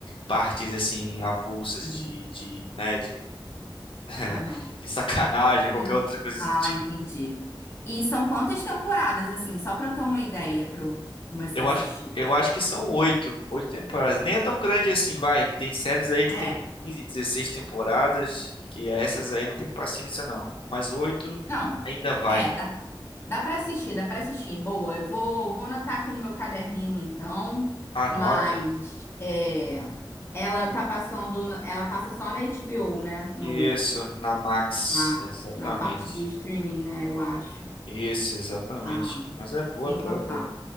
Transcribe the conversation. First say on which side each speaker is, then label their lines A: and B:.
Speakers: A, on the left; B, on the left.
A: partes, assim, avulsas
B: Uhum.
A: de, de, né, de, <laughs>
B: Aham.
A: de sacanagem ou
B: E...
A: qualquer outra coisa
B: Ah,
A: do tipo.
B: entendi. E são quantas temporadas, assim, só pra eu ter uma ideia, pra eu começar
A: Eu
B: a assistir?
A: acho, eu acho que são oito, oito temporadas. Nem é tão grande assim, vai. Tem séries aí que
B: É.
A: tem 15, 16 temporadas, que essas aí não tem paciência, não. Mas oito
B: Não,
A: ainda vai.
B: é, dá, dá para assistir, dá para assistir. Boa, eu vou, vou anotar aqui no meu caderninho então,
A: Anota.
B: mas é, ela tá passando, no- ela passa só na HBO, né? No,
A: Isso, na Max,
B: ah,
A: exatamente.
B: na parte do streaming, né? Eu acho.
A: Isso, exatamente.
B: Ah,
A: Mas é boa,
B: então
A: pô, é boa.
B: tá.